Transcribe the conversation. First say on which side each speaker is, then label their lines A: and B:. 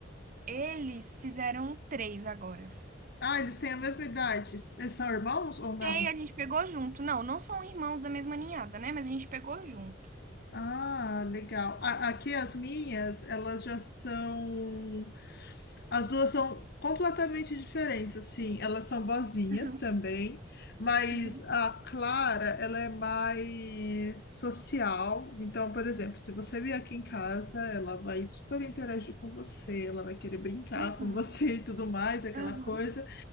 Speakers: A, on the right; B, on the left.
A: Eles fizeram três agora.
B: Ah, eles têm a mesma idade. Eles são irmãos ou não?
A: E aí a gente pegou junto. Não, não são irmãos da mesma ninhada, né? Mas a gente pegou junto.
B: Ah, legal. A- aqui as minhas, elas já são. As duas são completamente diferentes, assim. Elas são boazinhas
A: Uhum,
B: também, mas
A: uhum,
B: a Clara, ela é mais social. Então, por exemplo, se você vier aqui em casa, ela vai super interagir com você, ela vai querer brincar
A: Uhum,
B: com você <laughs> e tudo mais, aquela
A: uhum,
B: coisa.